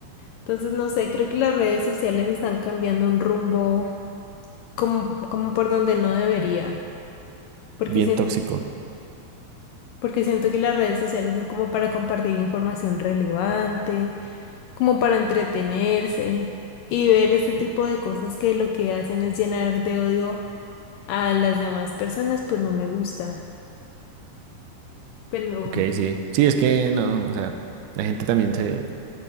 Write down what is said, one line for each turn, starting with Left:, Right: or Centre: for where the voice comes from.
Left: Entonces, no sé, creo que las redes sociales están cambiando un rumbo como, como por donde no debería. porque
Right: bien
Left: siento,
Right: tóxico.
Left: porque siento que las redes sociales son como para compartir información relevante, como para entretenerse y ver este tipo de cosas que lo que hacen es llenar de odio a las demás personas, pues no me gusta. Pero
Right: Ok, sí. Sí, es que no, o sea, la gente también se,